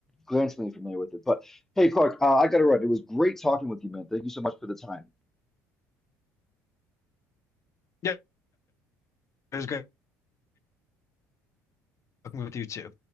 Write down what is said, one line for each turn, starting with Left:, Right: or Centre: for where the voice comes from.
Centre: glancingly familiar with it. But hey Clark, uh, I gotta run. It was great talking with you, man. Thank you so much for the time.
Left: yeah, it was great talking with you too.